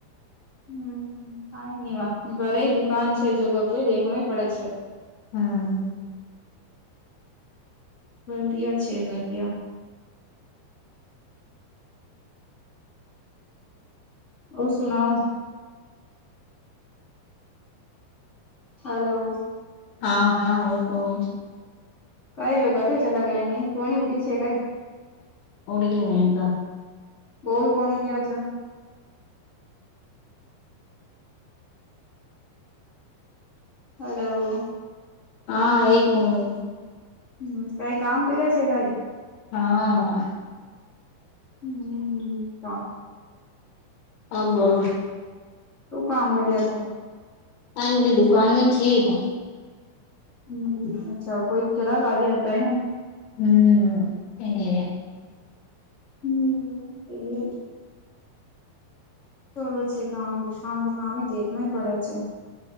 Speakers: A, on the left; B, on the left.
A: હમ્મ કઈ નઈ વા ઘરે દુકાન છે જો ઘર કોઈ દેખણુંય પડે છે.
B: હમ
A: બિયા છે બધિયા ઓ સુનાઓ. હલો.
B: હા હા બોલો.
A: કઈ એ કઠ ચલા ગની કોની ઉડી છે કઈ.
B: ઓડી <inaudible>
A: બોલ કોણ એ જ હજો. હલો.
B: હા એક મિનિટ.
A: હમ્મ કઈ કામ કર્યા છે કઈ?
B: હા.
A: હમ્મ હમ્મ.
B: હ આ બોલો.
A: તું કામ કરી છે.
B: હંગ ગી દુ કણ મીથીીગ.
A: હમ અચ્છા કોઈ ઘરાક આવી આતા હ.
B: હમ્મ હેંગવી.
A: હમ્મ એટલે ચોલો છે કામ દ કામ દ કામ દેખાણો પડે છે.